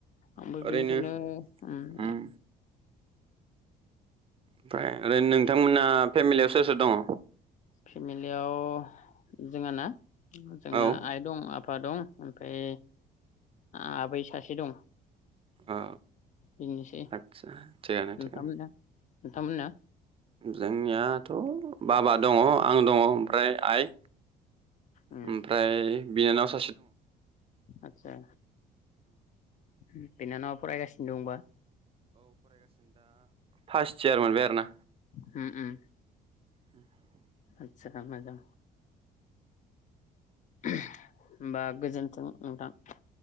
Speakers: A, on the left; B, on the right.
A: आंबो
B: ओरैनो
A: बिनिखायनो ओम।
B: उम ओमफ्राय ओरैनो नोंथांमोना फेमिलियाव सोर सोर दङ?
A: फेमिलियाव जोङा ना? जोंहा
B: औ
A: आइ दं आफ आफा दं ओमफ्राय आबै सासे दं।
B: औ
A: बेनोसै
B: आत्सा थिगानो
A: नोंथांमोना
B: थिगानो।
A: नोंथांमोना
B: जोंनिया दाथ' बाबा दङ आं दङ ओमफ्राय आइ।
A: उम
B: ओमफ्राय बिनानाव सा
A: आदसा बिनानावा फरायगासिनो। दंबा।
B: फास्त इयार माबाया। ना।
A: उम उम ।
B: <inaudible>
A: आदसा मोजां होमबा गोजोन्थों नोंथां ।